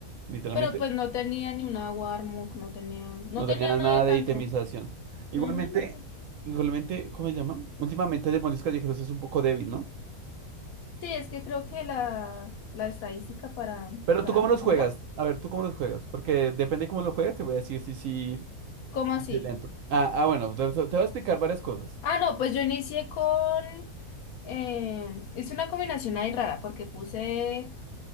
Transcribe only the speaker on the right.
Literalmente,
no
tenía nada
de
itemización.
Igualmente,
igualmente, ¿cómo se llama? Últimamente Demonios Callejeros es un poco débil, ¿no?
Pero
tú cómo
los juegas? A ver, ¿tú cómo los juegas? Porque depende cómo los juegas, te voy a decir si sí,
si, si es lento. Ah, ah, bueno, te, te voy a explicar varias cosas.